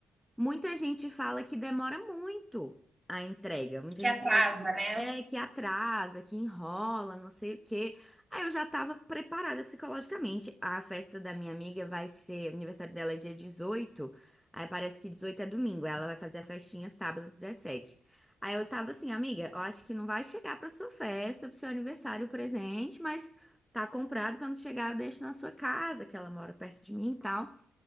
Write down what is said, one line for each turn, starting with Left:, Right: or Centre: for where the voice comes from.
Centre: Muita gente fala que demora muito a entrega. Muita
Right: que
Centre: gente
Right: atrasa,
Centre: fala
Right: né?
Centre: é, que atrasa, que enrola, não sei o quê. Aí eu já tava preparada psicologicamente. A festa da minha amiga vai ser, o aniversário dela é dia 18. Aí parece que 18 é domingo. Ela vai fazer a festinha sábado 17. Aí eu tava assim, amiga, eu acho que não vai chegar pra sua festa, pro seu aniversário o presente, mas tá comprado. Quando chegar, eu deixo na sua casa, que ela mora perto de mim e tal.